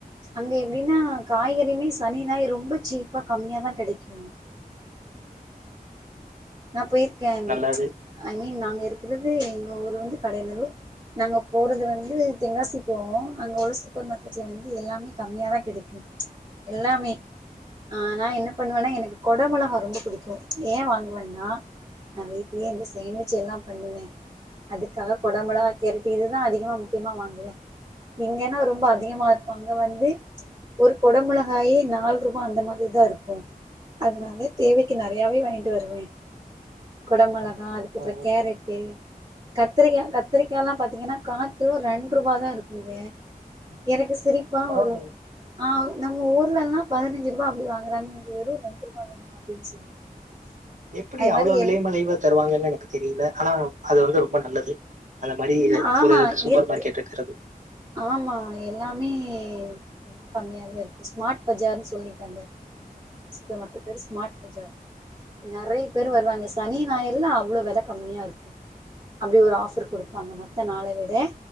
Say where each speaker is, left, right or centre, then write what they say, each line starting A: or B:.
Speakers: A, on the right; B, on the right.
A: அங்க எப்படின்னா காய்கறியுமே சனி ஞாயிறு ரொம்ப சீப்பா கம்மியா தா கெடைக்கு நா போயிருக்கே அங்கு
B: நல்லது.
A: ஐ மீன் நாங்க இருக்கிறது எங்க ஊர் வந்து கடையந்தளவு நாங்க போறது வந்து தெங்காசி போவோ அங்க உள்ள சூப்பர் மார்க்கெட்ல வந்து எல்லாமே கம்மியாக தா கெடைக் எல்லாமே ஆ நா என்ன பண்ணுவேன்னா எனக்கு கொட மொளகா ரொம்ப புடிக்கு ஏ வாங் நா நா வீட்லயே இருந்து சேமிச்சு எல்லா பண்ணுவே அதுக்காக கொடமொளகா கேரட்டு இதுதா அதிகமா முக்கியமா வாங்குவே இங்கன்னா ரொம்ப அதிகமா இருப்பாங்க வந்து ஒரு கொட மொளகாயே நாலு ரூபா அந்த மாதிரி தா இருக்கு அதனால தேவைக்கு நெறையாவே வாங்கிட்டு வருவே கொட மொளகா அதுக்கப்பற
B: ஓ!
A: கேரட்டு கத்திரிக்கா கத்திரிக்கால்லா பாத்தீங்கன்னா காக்கிலோ ரெண்டு ரூவா தா இருக்குங்க எனக்கு சிரிப்பா
B: பரவாயில்லையே.
A: வரு ஆ நம்ம ஊர்லன்னா பதினஞ்சு ரூபா அப்டி வாங்குறாங்க இங்க வெறு ரெண்டு ரூபா தான அப்டின் சொல்லிட்டு
B: எப்டி
A: அது
B: அவ்ளோ
A: மாரி
B: விலைமலிவா
A: எல்
B: தருவாங்கன்னு எனக்கு தெரியல ஆனா அது வந்து ரொம்ப நல்லது அந்த மாரி
A: ம் ஆமா
B: ஒரு சூப்பர்
A: இருக்கு
B: மார்க்கெட் இருக்கிறது
A: ஆமா எல்லாமே ரொம் கம்மியாவே இருக்கு ஸ்மார்ட் பஜார்ன்னு சொல்லிட்டு அந்த சூப்பர் மார்க்கெட் பேரு ஸ்மார்ட் பஜார் நறைய பேர் வருவாங்க சனி ஞாயிறுல்லா அவ்ளோ வெல கம்மியா இருக்கு அப்டி ஒரு ஆஃபர் குடுப்பாங்க மத்த நாளே விட